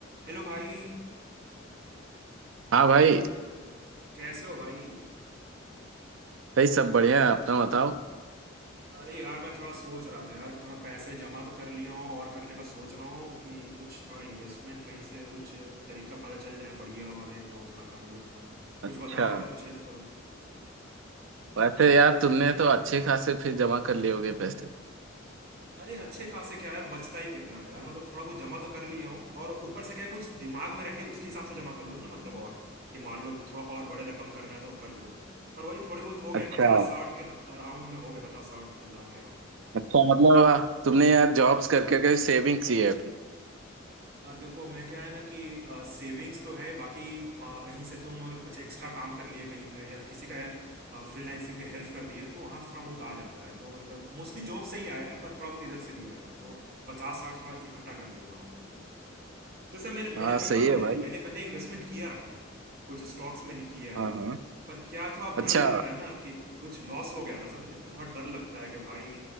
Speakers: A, on the right (about 50°); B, on the right (about 75°).
A: Hello भाई
B: हाँ भाई
A: कैसे हो भाई
B: भाई सब बढ़िया है अपना बताओ
A: अरे यार मैं थोड़ा सोच रहा था यार कि थोड़ा पैसे जमा तो कर लिया हूँ और करने का सोच रहा हूँ कि कुछ थोड़ा इन्वेस्टमेंट कहीं से कुछ तरीका पता चल जाए बढ़िया वाले तो थोड़ा कर लूँ मैं यार कुछ
B: अच्छा
A: बताओ यार कुछ हेल्प करो
B: वैसे यार तुमने तो अच्छे खासे फिर जमा कर लिए होगे पैसे
A: अरे अच्छे खासे क्या यार बचता ही कितना है यार मतलब थोड़ा बहुत जमा तो कर लिया हूँ और ऊपर से क्या है, कुछ दिमाग में रहे उसके हिसाब से जमा कर लूँ ना मतलब और कि मान लो थोड़ा और बड़े रकम करना है तो कर लूँ पर वही थोड़े बहुत हो गए
B: अच्छा
A: पचास साठ के अराउंड में हो गए पचास साठ हजार के अराउंड
B: अच्छा मतलब आ, तुमने यार जॉब्स करके के सेविंग की है अभी
A: आ, देखो मैं क्या है ना कि सेविंग्स तो है बाकी आ, कहीं से तुम कुछ एक्स्ट्रा काम कर लिए कहीं पे या फिर किसी का फ्रीलांसिंग में हेल्प कर दी है तो वहाँ से थोड़ा बहुत आ जाता है तो मतलब मोस्टली जॉब से ही आया है पर थोड़ा बहुत इधर से भी आया है तो पचास साठ थोड़ा इकट्ठा कर लिया हूँ मैं तो सर मैंने
B: हाँ
A: मैंने पहला
B: सही
A: ना
B: है
A: मैं
B: भाई
A: मैंने पहले इन्वेस्टमेंट किया रखा है कुछ स्टॉक्स में किया
B: हाँ
A: है
B: हाँ
A: पर क्या था अब
B: अच्छा
A: डर लगता है ना कि कुछ लॉस हो गया था समझे तो थोड़ा डर लगता है कि भाई